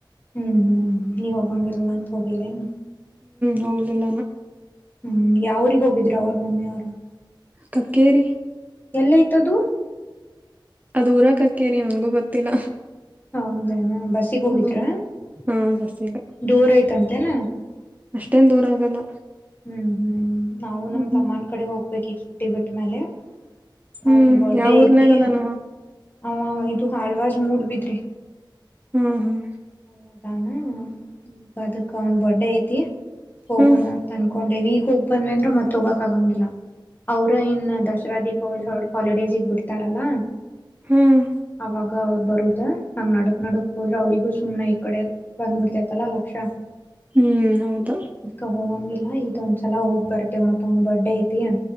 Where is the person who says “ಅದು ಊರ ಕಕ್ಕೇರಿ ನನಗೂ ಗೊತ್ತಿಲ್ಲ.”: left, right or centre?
Right